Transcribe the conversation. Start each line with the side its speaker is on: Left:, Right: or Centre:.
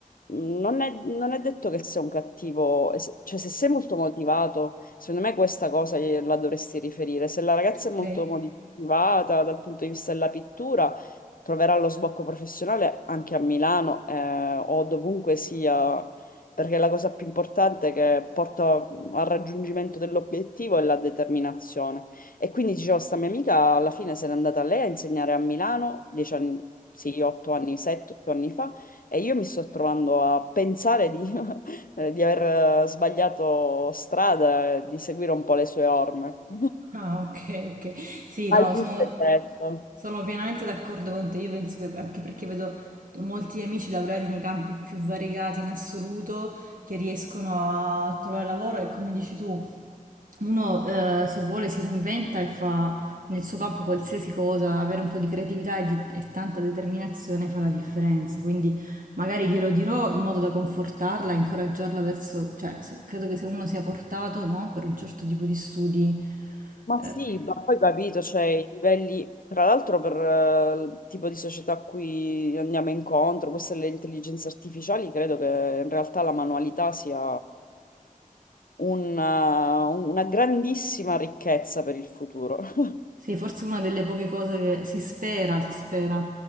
Left: mh, non è, non è detto che sei un cattivo, e se- cioè se sei molto motivato, secondo me questa cosa gliela dovresti riferire. Se la ragazza
Right: ok.
Left: è molto motivata dal punto di vista della pittura, troverà lo sbocco professionale anche a Milano eh, o dovunque sia, perché la cosa più importante che porta al raggiungimento dell'obiettivo è la determinazione. E quindi dicevo, sta mia amica alla fine se n'è andata lei a insegnare a Milano, dieci anni, sì, otto anni, sette, otto anni fa, e io mi sto trovando a pensare di, <laughs> eh, di aver eh, sbagliato strada, e di seguire un po' le sue orme. <laughs>
Right: Ah, ok, ok. Sì, no,
Left: Hai tutto
Right: sono,
Left: e detto.
Right: sono pienamente d'accordo con te. Io penso che anche perché vedo molti amici laureati nei campi più variegati in assoluto che riescono a trovare lavoro e come dici tu, uno eh, se vuole si reinventa e fa nel suo campo qualsiasi cosa, avere un po' di creatività e, di- e tanta determinazione fa la differenza. Quindi magari glielo dirò in modo da confortarla, incoraggiarla verso, cioè se- credo che se uno sia portato, no, per un certo tipo di studi,
Left: Ma
Right: eh,
Left: sì, ma poi capito, cioè i livelli, tra l'altro per eh, il tipo di società a cui andiamo incontro, queste le intelligenze artificiali, credo che in realtà la manualità sia una, una grandissima ricchezza per il futuro. <laughs>
Right: sì, forse una delle poche cose che si spera, si spera,